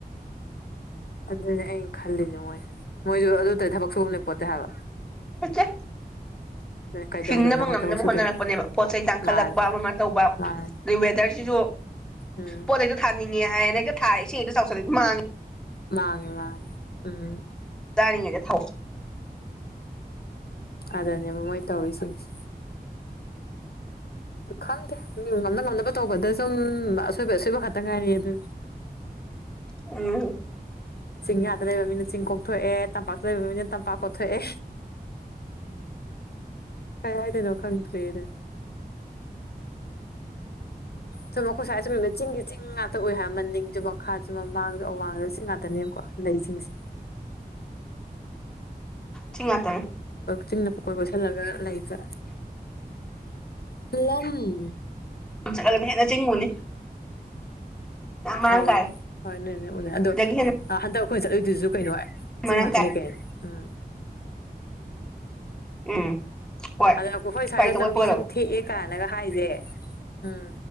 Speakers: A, on the left (about 70°); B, in the centre.
A: ꯑꯗꯨꯅꯦ ꯑꯩꯅ ꯈꯜꯂꯤꯅꯦ ꯃꯣꯏ ꯃꯣꯏꯁꯨ ꯑꯗꯨ ꯇꯩ ꯊꯕꯛ ꯁꯨꯕꯅꯦ ꯄꯣꯠꯇꯦ ꯍꯥꯏꯕ
B: ꯀꯆ
A: ꯑꯗꯨꯅ ꯀꯩꯗꯧꯗꯅ
B: ꯍꯤꯡꯅꯕ
A: ꯃꯣꯏ
B: ꯉꯝꯅꯕ
A: ꯊꯕꯛ ꯁꯨꯗꯣꯏꯅꯣ
B: ꯍꯣꯠꯅꯔꯛꯄꯅꯦꯕ ꯄꯣꯠ ꯆꯩ ꯇꯥꯡꯈꯠꯂꯛꯄ
A: ꯃꯥꯅꯦ
B: ꯑꯃ ꯇꯧꯕ
A: ꯃꯥꯅꯦ
B: ꯑꯗꯩ ꯋꯦꯗꯔꯁꯤꯁꯨ
A: ꯎꯝ
B: ꯄꯣꯠꯩꯛꯇꯣ ꯊꯥꯅꯤꯡꯉꯦ ꯍꯥꯏꯅ ꯍꯦꯛꯇ ꯊꯥꯏ ꯏꯁꯤꯡꯛꯇꯣ ꯆꯥꯎꯁꯜꯂ ꯃꯥꯡꯉꯦ
A: ꯃ ꯎꯝ
B: ꯆꯥꯔꯤꯉꯩꯗ ꯊꯥꯎ
A: ꯑꯗꯨꯗꯅꯦꯕ ꯃꯣꯏ ꯇꯧꯔꯤꯁꯤꯡꯁꯦ ꯑ ꯈꯪꯗꯦ ꯃꯤ ꯉꯝꯅ ꯉꯝꯅꯕ ꯇꯧꯕꯗ ꯁꯨꯝ ꯑꯁꯣꯏꯕ ꯑꯁꯣꯏꯕ ꯈꯛꯇ ꯉꯥꯏꯔꯤ ꯑꯗꯨ <inaudible>
B: ꯎꯝ
A: ꯆꯤꯡꯌꯥꯥꯗ ꯂꯩꯕ ꯃꯤꯅ ꯆꯤꯡ ꯀꯣꯛꯊꯣꯛꯑꯦ ꯇꯝꯄꯥꯛꯇ ꯂꯩꯕ ꯃꯤꯅ ꯇꯝꯄꯥꯛ ꯀꯣꯊꯣꯛꯑꯦ ꯀꯥꯏ ꯍꯥꯏꯗꯅꯣ ꯈꯪꯇ꯭ꯔꯔꯤꯗ ꯁꯨꯝ ꯑꯩꯣꯏꯁꯥꯏ ꯁꯨꯝ ꯆꯤꯡꯒꯤ ꯆꯤꯡ ꯉꯥꯛꯇ ꯑꯣꯏꯏ ꯍꯥꯏꯔ ꯃꯅꯤꯡꯁꯨ ꯃꯈꯥꯁꯨ ꯃꯃꯥꯡꯁꯨ ꯑꯋꯥꯡꯗꯁꯨ ꯉꯥꯛꯇꯅꯦꯕꯀꯣ ꯂꯩꯁꯤꯡꯁꯦ
B: ꯁꯤ ꯉꯥꯛꯇꯅꯦ
A: ꯆꯤꯡꯅ ꯄꯨꯀꯣꯏ ꯀꯣꯏꯁꯤꯜꯂꯒ ꯂꯩꯕꯝ <unintelligible>
B: ꯆꯠꯂꯒꯅ ꯍꯦꯟꯅ ꯆꯤꯡꯉꯨꯅꯤ ꯌꯥꯝ ꯃꯔꯥꯡ
A: ꯑꯧ
B: ꯀꯥꯏꯔꯦ
A: ꯍꯣꯏ ꯅꯣꯏꯅꯦ ꯎꯖꯅꯦ <unintelligible> ꯑꯗꯣ
B: ꯁꯤꯗꯒꯤ ꯍꯦꯟꯅ
A: ꯍꯟꯗꯛ ꯑꯩꯈꯣꯏ ꯆꯠꯂꯣꯏꯗꯨꯁꯨ ꯀꯩꯅꯣ ꯍꯥꯏ ꯆꯤꯡ
B: ꯃꯔꯥꯡ
A: ꯉꯥꯊꯅꯤ
B: ꯀꯥꯏꯔꯦ
A: ꯀꯩꯅ‌ꫭ ꯎꯝ
B: ꯎꯝ ꯍꯣꯏ
A: ꯑꯗꯨꯗ ꯑꯩꯈꯣꯏ ꯁ꯭ꯋꯥꯏꯗ
B: ꯒꯥꯔꯤ ꯊꯧꯒꯠꯄꯒꯗꯣ
A: ꯂꯝꯕꯤ ꯁꯨꯝ ꯊꯦꯛꯑꯦ ꯀꯥꯏꯅꯒ ꯍꯥꯏꯁꯦ ꯎꯝ